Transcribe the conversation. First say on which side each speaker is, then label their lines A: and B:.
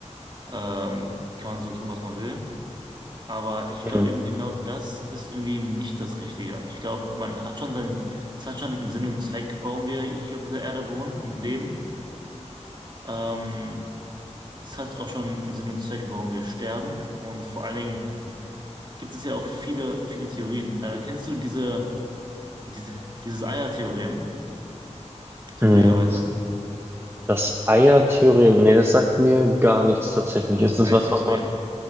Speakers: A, on the right; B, on the right.
A: ähm, kann man so tun, was man will. Aber ich
B: Mhm.
A: glaube eben genau das ist irgendwie nicht das Richtige. Ich glaube, man hat schon seinen, es hat schon einen Sinn und Zweck, warum wir hier auf dieser Erde wohnen und leben. Ähm, es hat auch schon einen Sinn und Zweck, warum wir sterben. Und vor allen Dingen gibt es ja auch viele, viele Theorien. Äh, kennst du diese, diese, dieses Eier-Theorem, zufälligerweise?
B: Mhm. Das Eiertheorem, nee, das sagt mir gar nichts tatsächlich.
A: Oder
B: Ist
A: das
B: das
A: Ei-Theorem?
B: was, was man,